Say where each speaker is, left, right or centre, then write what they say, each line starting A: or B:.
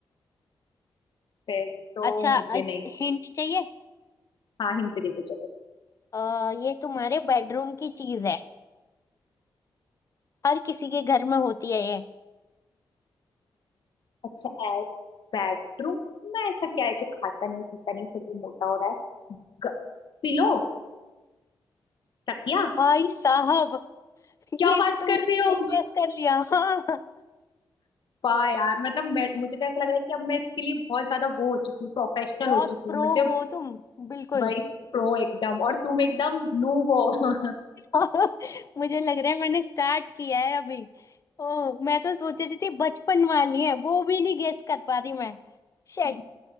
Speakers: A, on the left (about 65°); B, on the left (about 40°).
A: फिर तो
B: अच्छा
A: मुझे नहीं
B: हिंट चाहिए
A: हाँ हिंट दे दो चलो
B: आ, ये तुम्हारे बेडरूम की चीज है हर किसी के घर में होती है ये
A: अच्छा ऐड बेडरूम में ऐसा क्या है जो खाता नहीं पीता नहीं फिर भी मोटा हो रहा है ग- पिलो तकिया
B: भाई साहब
A: क्या
B: ये
A: बात
B: भी तुमने
A: कर
B: सही
A: रही हो
B: गैस कर लिया <laughs> हाँ
A: वाह यार मतलब मैं मुझे तो ऐसा लग रहा है कि अब मैं इसके लिए बहुत ज्यादा वो हो चुकी हूँ प्रोफेशनल
B: बहुत
A: हो चुकी
B: प्रो
A: हूँ मुझे
B: हो तुम बिल्कुल
A: वही प्रो एकदम और तुम एकदम नूब हो
B: <laughs> मुझे लग रहा है मैंने स्टार्ट किया है अभी ओह मैं तो सोच रही थी बचपन वाली है वो भी नहीं गेस कर पा रही मैं शेट
A: <laughs>